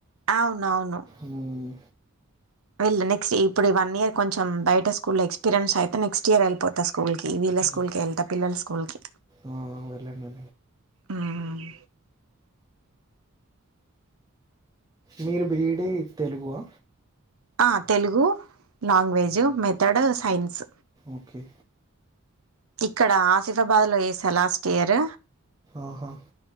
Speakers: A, on the right; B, on the right.
A: అవునవును
B: ఉమ్,
A: వెళ్ళ నెస్ట్ ఇప్పుడు వన్ ఇయర్ కొంచెం బయట స్కూల్ ఎక్స్పీరియన్స్ అయితే నెక్స్ట్ ఇయర్ వెళ్ళిపోతా స్కూల్కి వీళ్ల స్కూల్
B: ఓకే
A: కే వెళ్తా పిల్లల స్కూల్కి
B: ఆ వెళ్ళండి
A: మ్మ్
B: మీరు బీఈడీ తెలుగా
A: ఆ Telugu language method science
B: okay
A: ఇక్కడ ఆసిఫాబాద్ లో చేసా లాస్ట్ ఇయర్
B: ఆహా